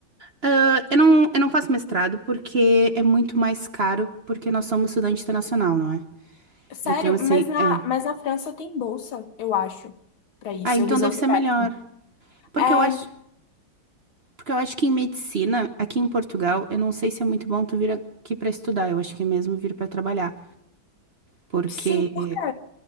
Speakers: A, on the right; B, on the left.
A: Ah, eu não, eu não faço mestrado porque é muito mais caro, porque nós somos estudante internacional, não é?
B: Sério,
A: Então, assim,
B: mas na,
A: é.
B: mas na França tem bolsa, eu acho, para isso.
A: Ah, então
B: Eles
A: deve
B: oferecem.
A: ser melhor. Porque
B: É,
A: eu acho, porque eu acho que em medicina, aqui em Portugal, eu não sei se é muito bom tu vir aqui pra estudar. Eu acho que é mesmo vir pra trabalhar. Porque,
B: sim, por quê?